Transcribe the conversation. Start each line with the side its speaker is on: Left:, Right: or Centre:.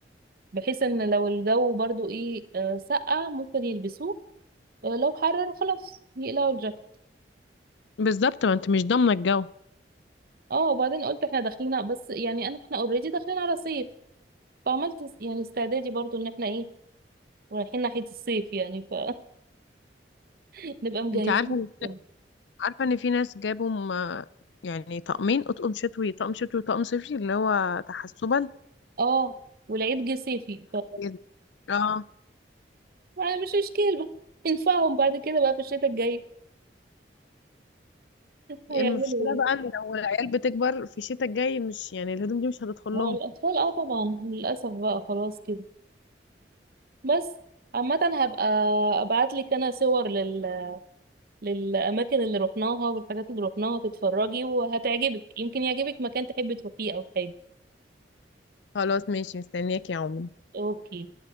Right: بحيث ان لو الجو برضو ايه آه، سقع ممكن يلبسوه آه، لو حرر خلاص يقلعوا الجاكيت
Left: بالظبط ما انت مش ضامنه الجو
Right: اه وبعدين قلت احنا داخلين بس يعني انا احنا اوريدي داخلين على صيف فعملت اس- يعني استعدادي برضو ان احنا ايه رايحين ناحية الصيف يعني فنبقى <laughs> مجهزين
Left: انت عارفه
Right: نفسنا.
Left: عارفة ان في ناس جابوا م- يعني طقمين اطقم شتوي طقم شتوي وطقم صيفي اللي هو تحسبا
Right: اه والعيد جه صيفي ف
Left: جد. اه
Right: يعني مش مشكلة <laughs> نفعهم بعد كده بقى في الشتاء الجاي هيعملوا
Left: المشكلة
Right: ايه
Left: بقى ان لو العيال بتكبر في الشتاء الجاي مش يعني الهدوم دي مش هتدخل
Right: هو
Left: لهم
Right: الأطفال اه طبعا للأسف بقى خلاص كده بس عامة هبقى ابعتلك انا صور لل... للاماكن اللي رحناها والحاجات اللي رحناها تتفرجي وهتعجبك يمكن يعجبك مكان تحبي تروحيه او حاجة
Left: خلاص ماشي مستنياك يا عمر
Right: اوكي